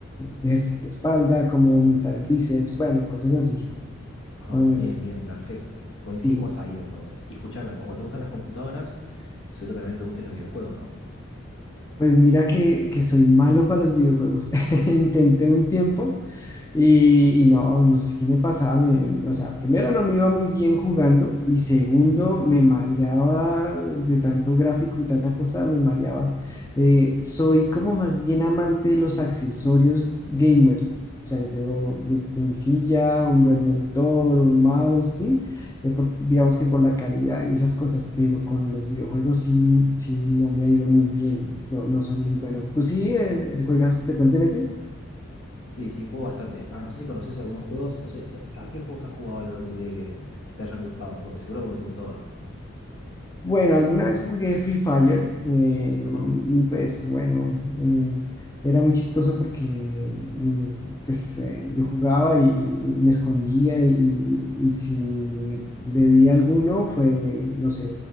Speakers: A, on the left; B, on the left.
A: ejercicios de espalda, cómo aumentar el bíceps, bueno, cosas así,
B: Ajá,
A: más o menos.
B: bien, bien, perfecto. Coincidimos
A: sí.
B: ahí entonces. Y escúchame, como te gustan las computadoras, seguro también te gusten los videojuegos, ¿no?
A: Pues mira que, que soy malo para los videojuegos. <laughs> Intenté un tiempo, y, y no, no sé qué me pasaba. me- o sea, primero no me iba muy bien jugando y segundo
B: Ujú,
A: me mareaba de tanto gráfico y tanta cosa, me mareaba. Eh, soy como más bien amante de los accesorios gamers. O sea, yo tengo mis- mi, silla, un buen monitor, un mouse, ¿sí? Eh, por- digamos que por la calidad y esas cosas, pero con los videojuegos sí, sí no me ha ido muy bien. No, no soy muy
B: ujú.
A: bueno. ¿Tú sí eh, juegas frecuentemente?
B: Sí, sí, juego bastante. Va, no sé si conoces algunos juegos, no sé, si- ¿a qué juegos has jugado a lo largo de tu vida que, que te hayan gustado? Porque seguro alguno te gustó, ¿no?
A: Bueno, alguna vez jugué Free Fire eh,
B: Ajá,
A: y, y, pues bueno, eh, era muy chistoso porque eh, pues, eh, yo jugaba y, y me escondía y, y si le di a alguno fue, no sé,